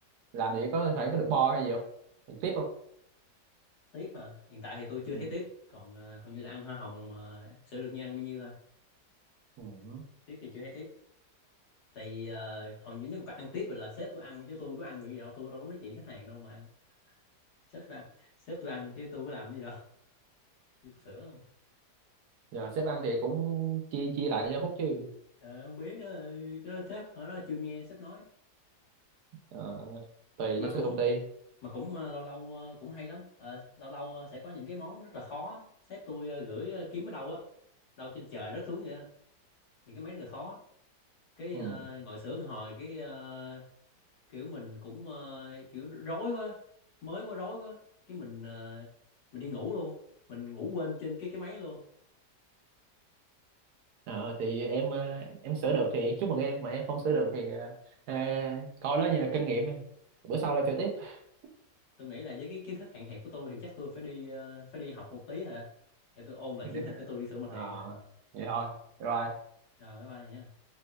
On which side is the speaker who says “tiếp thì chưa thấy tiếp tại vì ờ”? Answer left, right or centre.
Left